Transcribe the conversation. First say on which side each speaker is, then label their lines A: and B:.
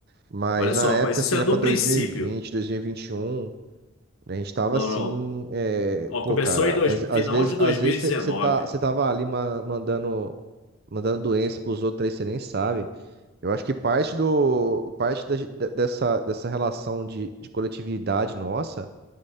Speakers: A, on the right; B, on the left.
A: Mas
B: Olha só,
A: na época,
B: mas isso
A: assim,
B: é
A: era
B: no
A: pra 2020,
B: princípio.
A: 2021. A gente tava
B: Não,
A: assim,
B: não.
A: é,
B: Ó,
A: pô,
B: começou
A: cara,
B: em dois,
A: às, às
B: final
A: vezes,
B: de 2019.
A: às vezes você tá, você tava ali ma- mandando, mandando doença pros outros aí, você nem sabe. Eu acho que parte do, parte da- de- dessa, dessa relação de, de coletividade nossa